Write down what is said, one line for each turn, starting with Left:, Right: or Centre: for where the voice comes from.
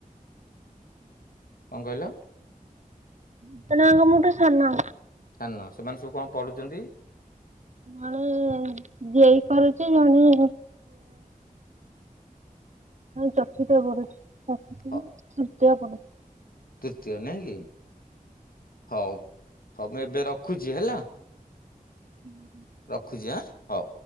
Left: କଣ କହିଲ?
Right: <unintelligible> ମୋଠୁ ସାନ।
Left: ସାନ, ସେମାନେ ସବୁ କଣ ପଢୁଛନ୍ତି?
Right: ଜଣେ ଜେଇ କରୁଛି, ଜଣେ ଚତୁର୍ଥ ରେ ପଢ଼ୁଛି। ଚତୁର୍ଥ
Left: ହଁ
Right: ନା ତୃତୀୟରେ ପଢୁଛି।
Left: ତୃତୀୟ ନାଇଁ କି ହଉ, ହଉ ମୁଁ ଏବେ ରଖୁଛି ହେଲା।
Right: ହୁଁ ହୁଁ
Left: ରଖୁଛି ଆଁ ହଉ।